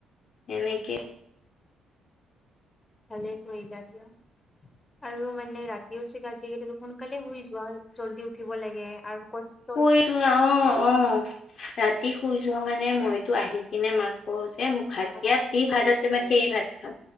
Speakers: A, on the left; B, on the left.
A: এনেকে
B: আচ্ছা ভালে কৰিলা দিয়া, আৰু মানে ৰাতিও চাগে আজি কালি সোনকালে শুই যোৱা, জল্দি উঠিব লাগে আৰু কচ
A: শুই <unintelligible> অ', অ'। ৰাতি শুই যোৱা মানে মইতো আহি কিনে মাক কওঁ যে মোক ভাত দিয়া যি ভাত আছে মই সেয়ে ভাত খাম,